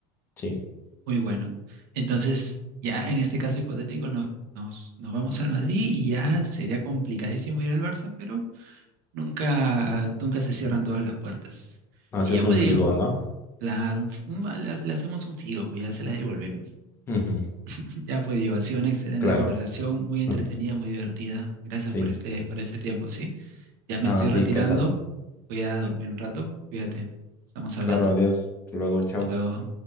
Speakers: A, on the left (about 20°); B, on the right (about 70°).
A: sí.
B: Muy bueno. Entonces, ya en este caso hipotético, nos, nos, nos vamos al Madrid y ya sería complicadísimo ir al Barça, pero nunca, nunca se cierran
A: Mm,
B: todas las puertas.
A: Haces
B: Y ya pues
A: un figo,
B: Diego,
A: ¿no?
B: claro, un f- un- le, ha- le hacemos un figo, pues ya se la devolvemos.
A: Ujú,
B: <laughs> Ya pues Diego, ha sido una excelente
A: Claro.
B: conversación, muy entretenida,
A: <laughs>
B: muy divertida. Gracias
A: Sí.
B: por este, por este tiempo, ¿sí? Ya me
A: Nada,
B: estoy
A: a
B: retirando,
A: ti, ¿qué tal?
B: voy a dormir un rato, cuídate, estamos hablando.
A: Claro, adiós. Hasta luego, chao.
B: Hasta luego.